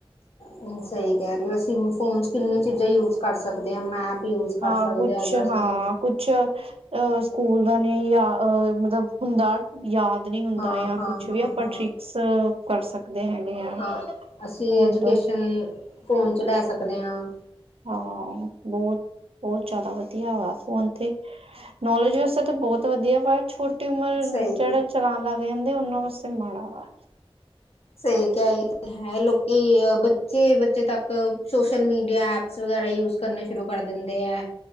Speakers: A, on the left (about 80°); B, on the right (about 70°).
A: ਹੂੰ ਸਹੀ ਕਹਿ ਰਹੇ ਹੋ ਅਸੀਂ ਫੋਨ ਚ ਕਿੰਨੀਆਂ ਚੀਜ਼ਾਂ ਯੂਜ ਕਰ ਸਕਦੇ ਹਾਂ ਮੈਪ ਯੂਜ ਕਰ
B: ਹਾਂ
A: ਸਕਦੇ
B: ਕੁਛ
A: ਅਗਰ
B: ਹਾਂ
A: ਸਾਨੂੰ
B: ਕੁਛ ਅ ਸਕੂਲ ਦਾ ਨੇ ਜਾਂ ਮਤਲਬ ਹੁੰਦਾ। ਯਾਦ ਨਹੀਂ ਹੁੰਦਾ
A: ਹਾਂ
B: ਜਾਂ
A: ਹਾਂ
B: ਕੁਛ
A: ਹਾਂ
B: ਵੀ ਆਪਾਂ
A: ਹਾਂ
B: ਟ੍ਰਿਕਸ ਕਰ ਸਕਦੇ ਹੈਗੇ ਆ।
A: ਹਾਂ, ਅਸੀਂ
B: ਫੋਨ
A: ਐਜੂਕੇਸ਼ਨ
B: ਤੋਂ
A: ਆ। ਫੋਨ ਚ ਲੈ ਸਕਦੇ ਹਾਂ।
B: ਹਾਂ ਬਹੁਤ ਬਹੁਤ ਜ਼ਿਆਦਾ ਵਧੀਆ ਵਾ ਫੋਨ ਤੇ। ਨੌਲੇਜ ਵਾਸਤੇ ਤਾਂ ਬਹੁਤ ਵਧੀਆ ਵਾ ਛੋਟੀ ਉਮਰ
A: ਸਹੀ
B: ਜਿਹੜਾ ਚਲਾਉਣ ਲੱਗ ਜਾਂਦੇ ਉਹਨਾਂ ਵਾਸਤੇ ਮਾੜਾ ਵਾ।
A: ਸਹੀ ਕਿਹਾ ਇਹ ਤੇ ਹੈ ਲੋਕੀ ਅ ਬੱਚੇ ਬੱਚੇ ਤੱਕ ਇੱਕ ਸੋਸ਼ਲ ਮੀਡੀਆ ਐਪਸ ਵਗੈਰਾ ਯੂਜ ਕਰਨੇ ਸ਼ੁਰੂ ਕਰ ਦਿੰਦੇ ਹੈ।